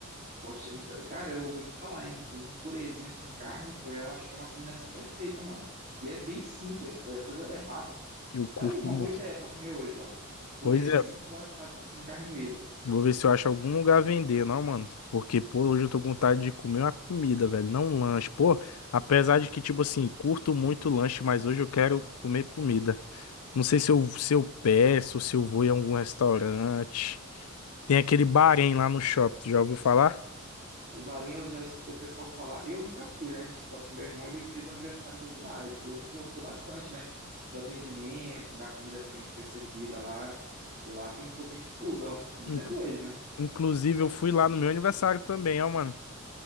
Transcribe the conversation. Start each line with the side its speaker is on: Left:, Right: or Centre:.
Right: Poxa, então, cara, eu vou te falar, hein? Um purezinho com carne, pô, eu acho que é uma combinação perfeita, mano. E é bem simples, pô, a coisa é rápida.
Left: Eu curto
Right: Tá aí, uma
Left: muito.
Right: boa ideia pra comer hoje, ó. Um purezinho
Left: Pois é.
Right: com batata, com carne moída.
Left: Vou ver se eu acho algum lugar a vender, não, mano. Porque, pô, hoje eu tô com vontade de comer uma comida, velho, não um lanche. Pô, apesar de que, tipo assim, curto muito lanche, mas hoje eu quero comer comida. Não sei se eu, se eu peço, se eu vou em algum restaurante. Tem aquele Bahrein lá no shopping, tu já ouviu falar?
Right: O Marinho eu já escutei o pessoal falar, eu nunca fui, né? Só que meu irmão ele fez o aniversário dele lá, ele falou que gostou bastante, né? Do atendimento, da comida também que foi servida lá. Lá tem um pouquinho de tudo, ó. Dizendo
Left: In-
Right: ele, né?
Left: Inclusive, eu fui lá no meu aniversário também, ó, mano.